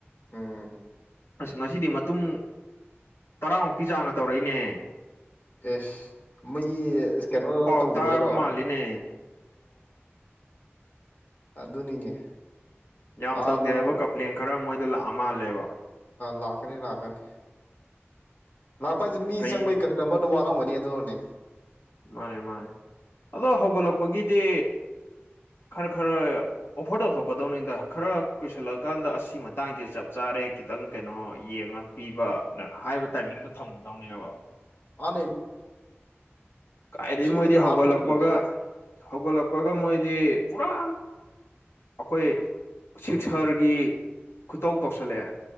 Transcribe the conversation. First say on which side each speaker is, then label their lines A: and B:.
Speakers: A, on the left; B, on the left.
A: ꯎꯝ
B: ꯑꯁ ꯉꯁꯤꯗꯤ ꯃꯇꯨꯝ ꯇꯔꯥꯃꯨꯛꯀꯤ ꯆꯥꯡꯒ ꯇꯧꯔꯛꯏꯅꯦ꯫
A: ꯑꯦꯁ ꯃꯩ ꯀꯩꯅꯣ
B: ꯄꯥꯎ
A: ꯇꯧꯗꯧꯕꯩꯔꯣ
B: ꯇꯥꯔꯕ
A: ꯑꯣ
B: ꯃꯥꯜꯂꯤꯅꯦ
A: ꯑꯗꯨꯅꯤꯅꯦ
B: ꯌꯥꯝ
A: ꯃꯥꯗꯣ
B: ꯇꯧꯗꯦ ꯍꯥꯏꯕ ꯀꯝꯄ꯭ꯂꯦꯟ ꯈꯔ ꯃꯣꯏꯗ ꯂꯥꯛꯑ ꯃꯥꯜꯂꯦꯕ
A: ꯂꯥꯛꯀꯅꯤ ꯂꯥꯛꯀꯅꯤ ꯂꯥꯛꯄ ꯍꯥꯏꯁꯦ ꯃꯤ
B: ꯐꯩꯅꯦ
A: ꯆꯪꯕꯒꯤ ꯀꯁꯇꯃꯗꯣ ꯋꯥꯠꯂꯝꯒꯅꯤ ꯑꯗꯨꯅꯅꯦ
B: ꯃꯥꯅꯦ ꯃꯥꯅꯦ ꯑꯗꯣ ꯍꯧꯒꯠꯂꯛꯄꯒꯤꯗꯤ ꯈꯔ ꯈꯔ ꯑꯣꯐꯔ ꯇꯧꯊꯣꯛꯀꯗꯧꯅꯤꯗ ꯈꯔ ꯀꯨꯏꯁꯜꯂꯛꯑꯀꯥꯟꯗ ꯑꯁꯤ ꯃꯇꯥꯡꯁꯦ ꯆꯞ ꯆꯥꯔꯦ ꯈꯤꯇꯪ ꯀꯩꯅꯣ ꯌꯦꯡꯉ ꯄꯤꯕꯅ ꯍꯥꯏꯕ ꯇꯥꯏꯃꯤꯡꯗꯣ ꯊꯝꯒꯗꯧꯅꯦꯕ
A: ꯃꯥꯅꯦ
B: ꯀꯥꯏꯗꯦ
A: ꯐ꯭ꯔꯤꯗꯒ
B: ꯃꯣꯏꯗꯤ ꯍꯧꯒꯠꯂꯛꯄꯒ
A: ꯍꯥꯞꯄꯤꯝꯅꯤ
B: ꯍꯧꯒꯠꯂꯛꯄꯒ ꯃꯣꯏꯗꯤ ꯄꯨꯔꯥ ꯑꯈꯣꯏ ꯁꯤꯛꯁꯔꯒꯤ ꯈꯨꯇꯧ ꯇꯧꯁꯜꯂꯛꯑꯦ